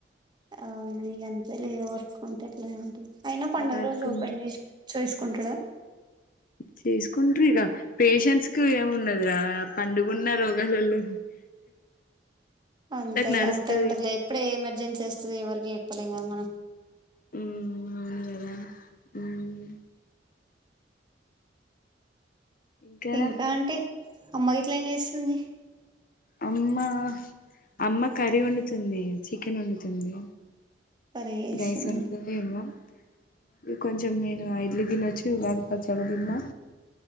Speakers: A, on the right (about 25°); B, on the left (about 50°).
A: అవునా ఇగ అంతేలే వర్క్ ఉంటే అట్లనే ఉంటది. అయిన పండుగ
B: వర్క్
A: రోజు ఓపెన్
B: ఉంది
A: చేష్. చేసుకుంటడా.
B: చేసుకుంట్ర ఇగ పేషంట్స్ కు ఏమున్నది రా పండుగున్న రోగాలల్లో.
A: అంతేలే
B: నడుస్తది
A: అంతే ఉంటదిలే ఎప్పుడు ఏ ఎమర్జెన్సీ వొస్తదో ఎవరికి చెప్పలేం గదా మనం.
B: ఉమ్ అవునుగదా ఉమ్. ఇంకారా
A: ఇంకా అంటే అమ్మ గిట్ల ఏం చేస్తుంది.
B: అమ్మ అమ్మ కర్రీ వొండుతుంది చికెన్ వొండుతుంది.
A: కర్రీ చేస్తుందా
B: రైస్ వొండుతది ఏమో. ఈ కొంచెం నేను ఆ ఇడ్లీ తినొచ్చు ఉగాది పచ్చడి తిన్నా.